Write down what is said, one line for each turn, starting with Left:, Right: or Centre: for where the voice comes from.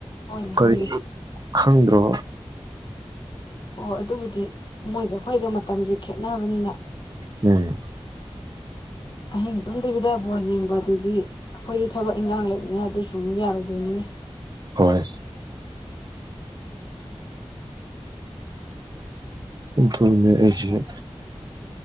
Left: ꯍ‌ꯣꯏꯅꯦ
Right: ꯀꯔꯤꯅꯣ
Left: ꯍ‌ꯣꯏꯅꯦ
Right: ꯈꯪꯗ꯭ꯔꯣ
Left: ꯍꯣꯏ ꯑꯗꯨꯕꯨꯗꯤ ꯃꯣꯏꯒ ꯑꯩꯈꯣꯏꯒ ꯃꯇꯝꯁꯤ ꯈꯦꯠꯅꯕꯅꯤꯅ
Right: ꯎꯝ
Left: ꯑꯍꯤꯡ ꯇꯣꯝ ꯇꯤꯕꯤꯗ ꯕꯣꯜ ꯌꯦꯡꯕꯗꯨꯗꯤ ꯑꯩꯈꯣꯏꯒꯤ ꯊꯕꯛ ꯏꯟꯈꯥꯡ ꯂꯩꯕꯅꯤꯅ ꯑꯗꯨꯁꯨ ꯃꯨꯛ ꯌꯥꯔꯣꯏꯗꯩꯅꯤꯅꯦ
Right: ꯍꯣꯏ ꯑꯗꯨꯅ‌ꯦ ꯑꯩꯁ‌ꯦ